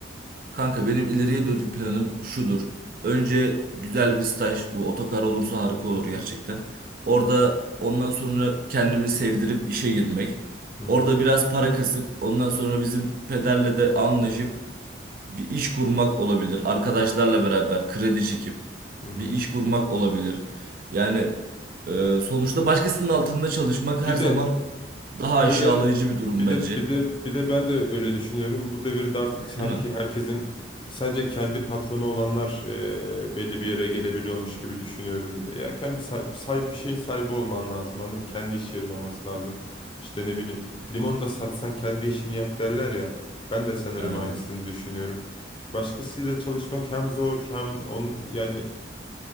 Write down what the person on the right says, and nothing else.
Kanka benim ileriye dönük planım şudur. Önce güzel bir staj bu otokar olursa harika olur
gerçekten. Orada ondan sonra kendimi sevdirip işe girmek.
Orada biraz para kasıp ondan sonra bizim pederle de anlaşıp bir iş kurmak olabilir. Arkadaşlarla beraber kredi çekip
bir iş kurmak olabilir. Yani e, sonuçta başkasının altında çalışmak her
zaman
daha aşağılayıcı
bir durum
bence.
Değil mi?
Aynen.